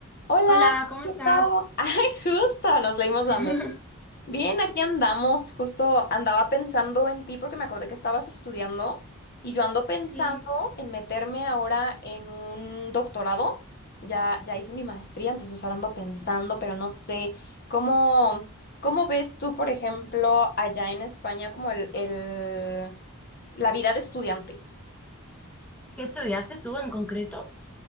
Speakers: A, on the left (about 45°); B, in the centre.
A: Hola,
B: Hola, ¿cómo
A: ¿cómo
B: estás?
A: estás? <laughs> Ay, justo, nos leímos
B: <laughs>
A: la mente. Bien, aquí andamos. Justo andaba pensando en ti porque me acordé que estabas estudiando y yo ando pensando
B: Sí.
A: en meterme ahora en un doctorado. Ya, ya hice mi maestría, entonces ahora ando pensando, pero no sé cómo, cómo ves tú, por ejemplo, allá en España como el, el- la vida de estudiante.
B: ¿Qué estudiaste tú en concreto?